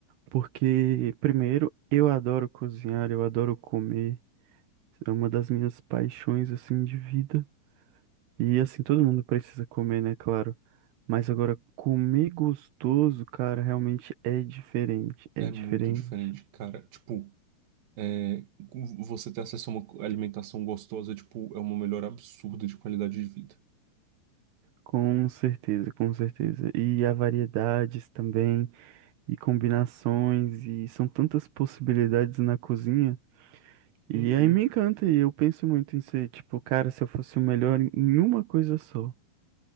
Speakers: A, on the right; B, on the right.
A: Porque, primeiro, eu adoro cozinhar, eu adoro comer. É uma das minhas paixões, assim, de vida. E, assim, todo mundo precisa comer, né? Claro. Mas agora, comer gostoso, cara, realmente é diferente. É
B: É
A: diferente.
B: muito diferente, cara. Tipo, é, você ter acesso a uma alimentação gostosa, tipo, é uma melhora absurda de qualidade de vida.
A: Com certeza, com certeza. E há variedades também, e combinações, e são tantas possibilidades na cozinha. E
B: Uhum.
A: aí me encanta, e eu penso muito em ser, tipo, cara, se eu fosse o melhor em uma coisa só.